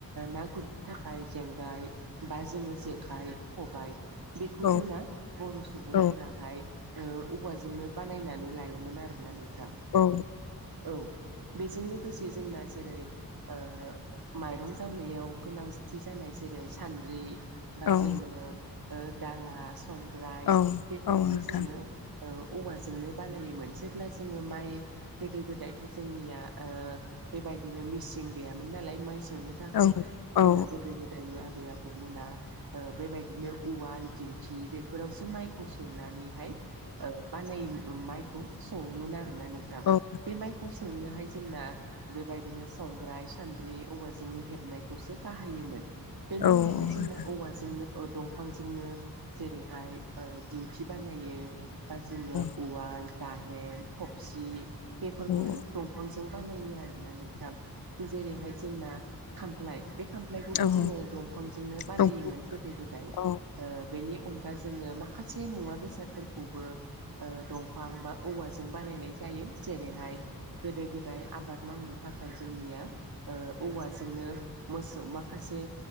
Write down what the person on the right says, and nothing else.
ना गुर थाखाय जेंगाय बा जोङो जेखाइ, खबाय बेखौ
जोंना बर' सुबुं
फोराहाय ओ औवाजोंनो बानायनानै लायोमोन आरोना नोंथां।
औ बेजों लोगोसे जोंना जेरै ओ माइरं जावनायाव गोनांथि जानाय, जेरै सान्द्रि बा जोङो
ओ दाला संग्राय
बेफोरखौ
जोङो ओ औवाजोंनो बानायोमोन जेब्ला जोङो माइ गोदो गोदायथ' जोंनिया ओ बेबायदिनो मिसिं गैयामोन नालाय माइ सौनो थाखाय
जोंना गोदो गोदायनि आबै आबौमोना ओ बेबायदिनो उवाल दिंखि बेफोरावसो माइखौ सौनानैहाय ओ बानाय माइखौ सौवोमोन आरोना नोंथां।
बे माइखौ संनोहाय जोंना बेबायदिनो संग्राय, सान्द्रि औवाजोंनो हेबनाय खौसो बाहायोमोन।
बेनि उनावहाय जोंना औवाजोंनो ओ दंफांजोंनो जेरैहाय ओ दिंखि बानायो बा जोङो
उवाल, गाहेन, थबसि बेफोरखौ
दंफांजों बानायो आरोना नोंथां। जेरैहाय जोंना खामफ्लाय। बे खामफ्लायखौबो
जोङो दंफांजोंनो बानायोमोन
गोदो गोदाय।
ओ बेनि अन गा जोङो मा खासे मुवा बेसादफोरखौबो ओ दंफां बा औवाजों बानायनाय जायो। जेरैहाय गोदो गोदाय आबाद मावनो थाखाय जोंनिया ओ औवाजोंनो मोसो माखासे